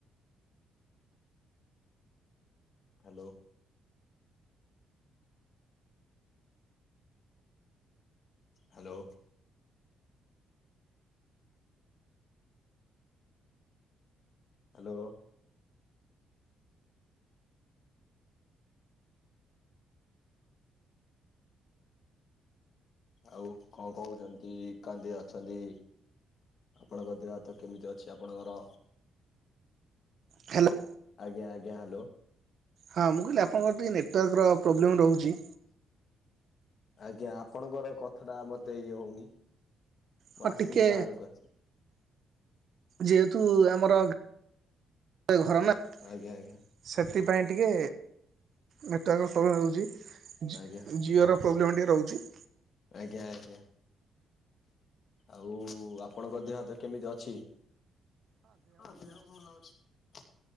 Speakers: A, on the left; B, on the right.
A: ହାଲୋ। ହାଲୋ। ହାଲୋ। ଆଉ କଁ କହୁଚନ୍ତି କାନ୍ଦି ଅଛନ୍ତି ଆପଣଙ୍କ ଦେହ ହାତ କେମିତି ଅଛି ଆପଣଙ୍କର?
B: ହ୍ୟାଲୋ
A: ଆଜ୍ଞ ଆଜ୍ଞା ହାଲୋ।
B: ହାଁ ମୁଁ କହିଲି ଆପଣଙ୍କର ଟିକିଏ ନେଟୱାର୍କର ପ୍ରୋବ୍ଲେମ୍ ରହୁଛି।
A: ଆଜ୍ଞା ଆପଣଙ୍କର କଥାଟା ମତେ ଇଏ ହଉନି। ମୁଁ
B: ହଁ
A: ଆସିଲି
B: ଟିକେ
A: ବାହାରକୁ ଆସି
B: ଯେହେତୁ ଆମର ଘ ଘର ନା
A: ଆଜ୍ଞା ଆଜ୍ଞା।
B: ସେଥିପାଇଁ ଟିକେ ନେଟୱାର୍କ ପ୍ରୋବ୍ଲେମ୍ ହଉଛି
A: ଆଜ୍ଞା
B: ଜିଓର ପ୍ରୋବଲେମ୍ ଟିକେ ରହୁଛି।
A: ଆଜ୍ଞା ଆଜ୍ଞା। ଆଉ ଆପଣଙ୍କ ଦେହହାତ କେମିତି ଅଛି? ହଁ ଦେହ ଭଲ ଅଛି